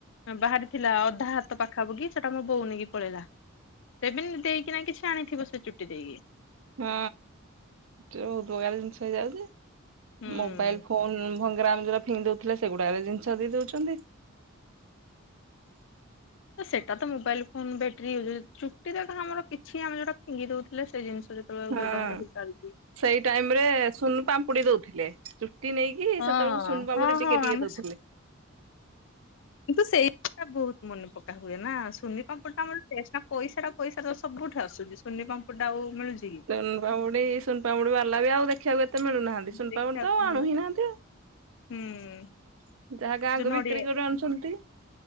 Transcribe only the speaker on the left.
ବାହାରି ଥିଲା ଅଧା ହାତ ପାଖାପାଖି ସେଟା ମୋ ବୋଉ ନେଇକି ପଳେଇଲା। ସେ ବିନ ଦେଇକିନା କିଛି ଆଣିଥିବ ସେ ଚୁଟି ଦେଇକି।
ହୁଁ
ତ ସେଟା ତ ମୋବାଇଲ ଫୋନ ବେଟରି <unintelligible> ଚୁଟି ରେ କଣ ଆମର କିଛି ଆମେ ଯୋଉଟା ଫିଙ୍ଗି ଦଉଥିଲେ ସେ ଜିନିଷ <unintelligible>
ଵ୍ୟବହାର ବି ଚାଲିଛି।
ହଁ
ହଁ
ହଁ
ଆମ
କିନ୍ତୁ ସେଇଟା ବହୁତ ମନେ ପକା ହୁଏ ନା ସୁନି ପାମ୍ପୁଡି ଟା ଆମର ଟେଷ୍ ପଇସା ଟା ପଇସା ତ ସବୁଠୁ ଆସୁଛି। ସୁନି ପାମ୍ପୁଡି ଟା ଆଉ ମିଳୁଛି କି?
ଦେଖିବାକୁ
ମିଳୁନି
ହୁଁ
ଯୋଉ ନଡିଆ